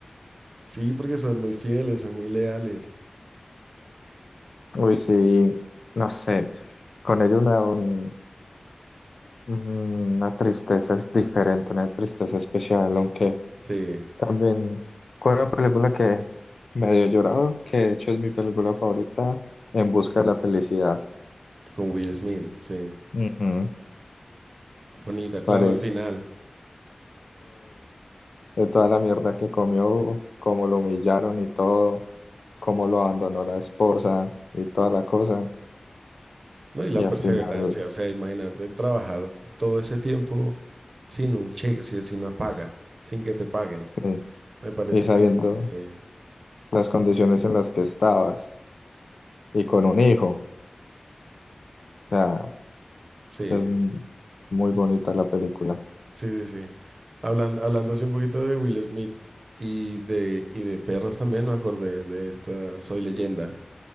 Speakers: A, on the right (about 80°); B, on the left (about 85°).
A: sí, porque son muy fieles, son muy leales,
B: Uy, sí, no sé. Con ellos me da un- una tristeza, es diferente, una tristeza especial, aunque...
A: sí,
B: También fue una película que me dio llorado, que de hecho es mi película favorita, En busca de la felicidad.
A: con Will Smith, sí,
B: Ujú,
A: bonita, claro,
B: Parece
A: al final.
B: de toda la mierda que comió, cómo lo humillaron y todo, cómo lo abandonó la esposa y toda la cosa.
A: ¿no? Y la
B: Y al
A: perseverancia,
B: final,
A: o sea, imagínate trabajar todo ese tiempo sin un cheque, si- sin una paga, sin que te paguen.
B: sí,
A: Me parece
B: y sabiendo
A: que eh,
B: las condiciones en las que estabas y con un hijo. O sea,
A: sí,
B: es m- muy bonita la película.
A: sí, sí, sí. Hablando, hablando así un poquito de Will Smith y de, y de perros también, me acordé de esta Soy Leyenda,